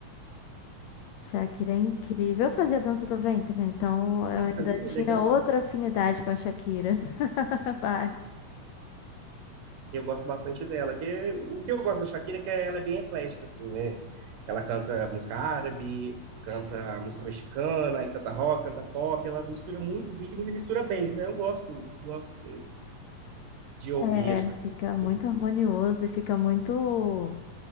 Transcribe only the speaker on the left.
Shakira é incrível. Eu fazia dança do ventre, né? Então eu
ainda tinha
outra afinidade com a Shakira. <laughs> Vários.
É,
fica
muito harmonioso e fica muito